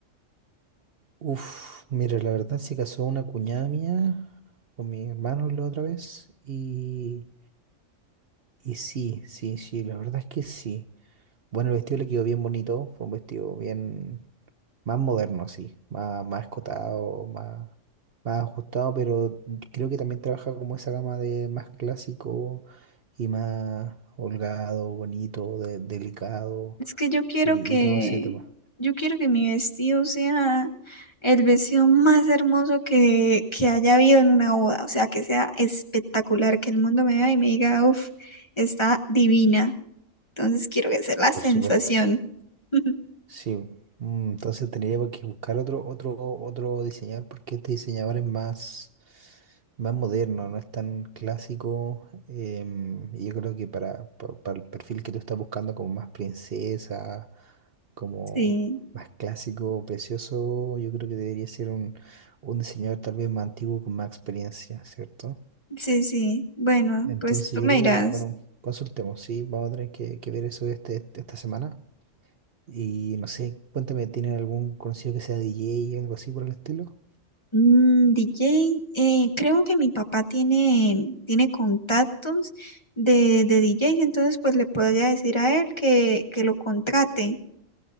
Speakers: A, on the right (about 55°); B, on the left (about 25°).
A: Uf, mira, la verdad se casó una cuñada mía. con mis hermanos la otra vez y, y sí, sí, sí, la verdad es que sí. Bueno, el vestido le quedó bien bonito, fue un vestido bien más moderno, sí, más, más escotado, más, más ajustado, pero creo que también trabaja como esa gama de más clásico y más holgado, bonito, de- delicado
B: Es que yo quiero
A: y,
B: que,
A: y todo ese tema,
B: yo quiero que mi vestido sea el vestido más hermoso que, que haya habido en una boda. O sea, que sea espectacular, que el mundo me vea y me diga, uff, está divina. Entonces quiero que sea la sensación.
A: por supuesto.
B: <laughs>
A: Sí, mm, entonces tendría que buscar otro, otro, otro diseñador porque este diseñador es más, más moderno, no es tan clásico. em, y yo creo que para, pa- para el perfil que tú estás buscando, como más princesa, como
B: Sí,
A: más clásico, precioso, yo creo que debería ser un, un diseñador tal vez más antiguo con más experiencia, ¿cierto?
B: sí, sí. Bueno,
A: Entonces
B: pues tú
A: yo
B: me
A: creo
B: dirás.
A: que, de- bueno, consultemos, sí, vamos a tener que, que ver eso este, esta semana. Y no sé, cuéntame, ¿tienen algún conocido que sea DJ o algo así por el estilo?
B: Mm, DJ, eh, creo que mi papá tiene, tiene contactos de, de DJs, entonces pues le podría decir a él que, que lo contrate,